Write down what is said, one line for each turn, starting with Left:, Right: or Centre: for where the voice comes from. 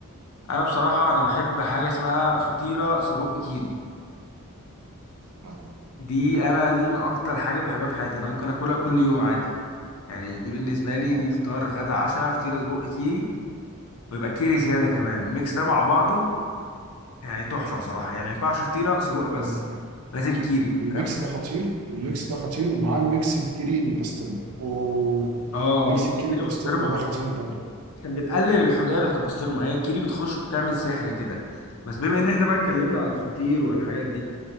Left: انا بصراحه انا بحب حاجه اسمها فطيره سجق كيري
Right: يعني،
Left: دي انا دي من اكتر حاجه بحبها في حياتي انا ممكن اكلها كل يوم عادي يعني دي بالنسبه
Right: اه
Left: لي دي فطار غدا عشاء فطيره سجق كيري ويبقى كيري زياده كمان الميكس ده مع بعضه يعني تحفه بصراحه يعني ما ينفعش فطيره سجق بس
Right: ال-
Left: لازم كيري
Right: الميكس
Left: فاهم
Right: ده خطير الميكس ده خطير ومعاه الميكس الكيري البسطرمه اوه
Left: اه
Right: ميكس
Left: ميكس
Right: الكيري
Left: كيري
Right: البسطرمه
Left: بسطرمه
Right: ده خطير برضه
Left: عشان بتقلل الحديه بتاعت البسطرمه هي الكيري بتخش وبتعمل سحر كده بس بما ان احنا بقى اتكلمنا على الفطير والحاجات دي